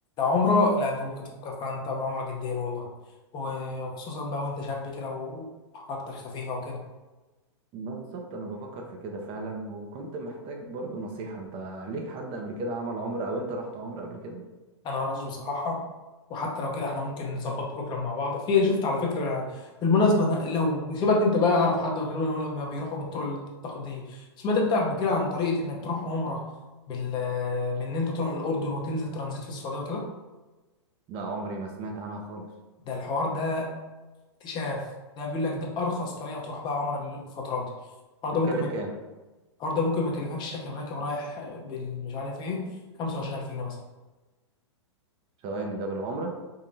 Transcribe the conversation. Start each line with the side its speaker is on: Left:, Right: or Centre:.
Left: عمره لا انت ممكن تفكر فعلا طبعا عمرك جدا والله وخصوصا بقى وانت شاب كده و- وحركتك خفيفه وكده
Right: ما بالظبط انا بفكر في كده فعلا وكنت محتاج برضو نصيحة انت ليك حد قبل كده عمل عمرة او انت رحت عمرة قبل كده
Left: انا ما رحتش بصراحه وحتى لو كده احنا ممكن نظبط بروجرام مع بعض في شفت على فكره بالمناسبه أنا لو سيبك انت بقى اعرف حد غير لما لما بيروحوا بالطرق التقليديه سمعت انت قبل كده عن طريقه انك تروح عمره بال بان انت تروح الاردن وتنزل ترانزيت في السعوديه وكده
Right: لا عمري ما سمعت عنها خالص
Left: ده الحوار ده اكتشاف ده بيقول لك ده ارخص طريقه تروح بقى عمره الفتره دي الحوار
Right: بتكلف
Left: ده ممكن ما
Right: كام
Left: الحوار ده ممكن ما يكلفكش راكب راكب رايح بال مش عارف ايه 25000 جنيه مثلا
Right: ثواني ده بالعمرة